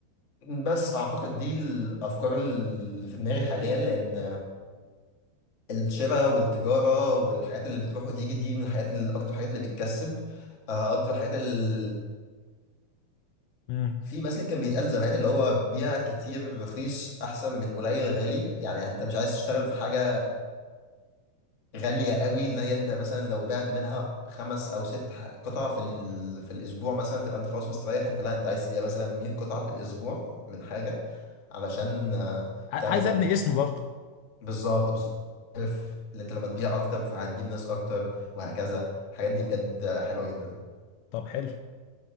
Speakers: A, on the left (about 40°); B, on the left (about 80°).
A: بس اعتقد دي الافكار اللي في دماغي حاليا لان الشراء والتجاره والحاجات اللي بتروح وتيجي دي من الحاجات اللي اكتر حاجات اللي بتكسب آه، اكتر حاجات اللي
B: مم.
A: في مثل كان بيتقال زمان اللي هو بيع كتير رخيص احسن من قليل غالي يعني انت مش عايز تشتغل في حاجه غالية قوي اللي هي انت مثلا لو بعت منها خمس او ست ح- قطع في ال... في الاسبوع مثلا تبقى انت خلاص مستريح انت لا انت عايز تبيع مثلا 100 قطعة في الاسبوع من حاجة علشان آه،
B: ع-
A: تعمل
B: عايز
A: ب-
B: ابني اسم برضه
A: بالظبط بالظبط عارف اللي انت لما تبيع اكتر فهتجيب ناس اكتر وهكذا الحاجات دي بجد آه، حلوة جدا
B: طب حلو